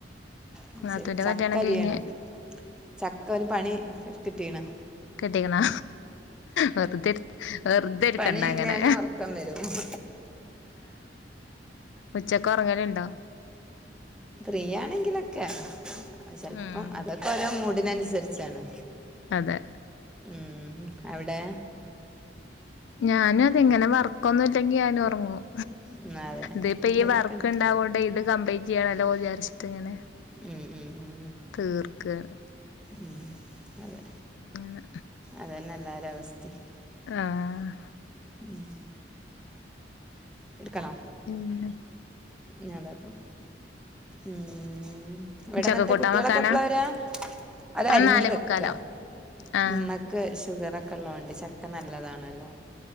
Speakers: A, in the centre; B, on the left (about 80°).
A: ഉം
B: നാത്തൂന്റെ
A: ശരി ചക്ക
B: കല്യാണം
A: അരിയാണ്
B: കഴിഞ്ഞ്
A: ചക്ക ഒരു പണി കിട്ടീണ്
B: കട്ടിക്ക്ണോ വറുതെ ഇരു വറു തെ ഇരിക്കണ്ട
A: പണി
B: അങ്ങനെ
A: ഇല്ല ഞാൻ ഉറക്കം വരും
B: ഉച്ചക്ക് ഉറങ്ങല്ണ്ടോ
A: ഫ്രീയാണെങ്കിലൊക്കെ ചെലപ്പം
B: ഉം
A: അതൊക്കെ ഓരോ മൂഡിനനുസരിച്ചാണ്
B: അതെ
A: ഉം അവിടെ
B: ഞാനും അതെ ഇങ്ങനെ വർക്കൊന്നും ഇല്ലെങ്കി ഞാനും ഒറങ്ങൂം
A: ഉം അതെ
B: ദേ ഇപ്പോ
A: എന്തേലൊക്കെ
B: ഈ വർക്ക്
A: ഉണ്ട്
B: ഉണ്ടാവോണ്ട് ഇത് കംപ്ലീറ്റ് ചെയ്യണല്ലോ വി ജസ്റ്റ് ഇങ്ങനെ
A: ഉം ഉം ഉം
B: തീർക്കാണ്
A: ഉം അതെ
B: അങ്ങനെ
A: അതന്നെ എല്ലാരെ അവസ്ഥയും
B: ആഹ്
A: ഉം ഇടുക്കണോ
B: പിന്നെ
A: ഞാതാക്കും ഉം ഇവിടെന്നിട്ട്
B: ചക്കക്കൂട്ടാൻ
A: കുട്ടികളൊക്കെ
B: വെക്കാനാ
A: എപ്പള വരാ അത്
B: ആ
A: അരിഞ്ഞു
B: നാലേ
A: വെക്ക
B: മുക്കാലാവും ആഹ്
A: ഉമ്മക്ക് ഷുഗർ ഒക്കെ ഉള്ളോണ്ട് ചക്ക നല്ലതാണല്ലോ